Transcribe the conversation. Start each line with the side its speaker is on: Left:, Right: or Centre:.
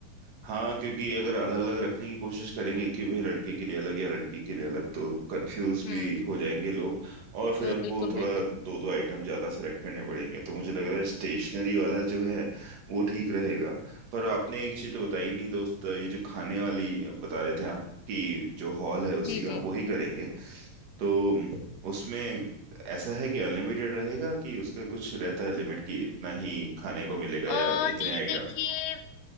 Right: हाँ क्योंकि अगर अलग अलग रखने की कोशिश करेंगे कि भाई लड़के के लिए अलग या लड़की के लिए अलग तो कंफ्यूज
Left: हम्म
Right: भी हो जाएंगे लोग और फिर
Left: बिल्कुल
Right: हमको थोड़ा
Left: बिल्कुल
Right: दो दो आइटम ज्यादा सेलेक्ट करने पड़ेंगे तो मुझे लग रहा है स्टेशनरी वाला जो है वो ठीक रहेगा पर आपने एक चीज तो बताई नहीं दोस्त ये जो खाने वाली बता रहे थे आप कि जो हॉल है उसी
Left: जी
Right: का
Left: जी
Right: वही करेंगे तो उसमें ऐसा है कि अनलिमिटेड रहेगा कि उसका कुछ रहता है लिमिट कि इतना ही खाने को मिलेगा
Left: अ,
Right: या इतने
Left: नहीं
Right: आइटम
Left: देखिए